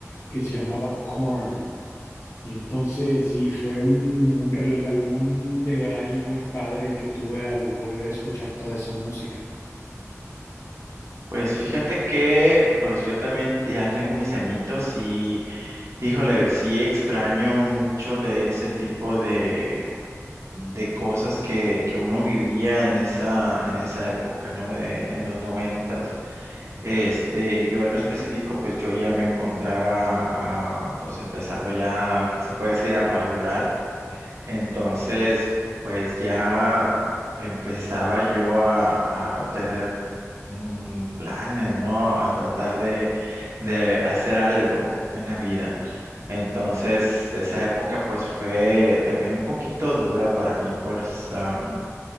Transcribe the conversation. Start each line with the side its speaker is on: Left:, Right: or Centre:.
Left: que se llamaba Korn. Y entonces sí, fue un, un, rela- un debraye muy padre el que tuve al volver a escuchar toda esa música.
Right: Pues fíjate que pues yo también ya tengo mis añitos y híjole, sí extraño mucho de ese tipo de, de cosas que, que uno vivía en esa, en esa época, ¿no? De, en los noventas. Este, yo en lo específico, pues yo ya me encontraba ah, pues empezando ya, se puede decir, a madurar. Entonces, pues ya empezaba yo a, a tener mm, planes, ¿no? A tratar de, de hacer algo en la vida. Entonces, esa época pues fue también un poquito dura para mí, pues am,